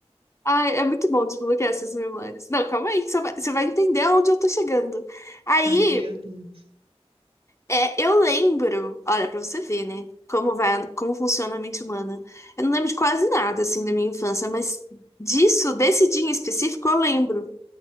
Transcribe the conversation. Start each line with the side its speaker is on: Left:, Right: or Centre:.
Left: Ai, é muito bom desbloquear essas memórias. Não, calma aí, que você vai, você vai entender aonde eu tô chegando. Aí,
Right: Ai, meu Deus.
Left: é, eu lembro. Olha, pra você ver, né? Como vai, como funciona a mente humana. Eu não lembro de quase nada assim da minha infância, mas disso, desse dia em específico, eu lembro.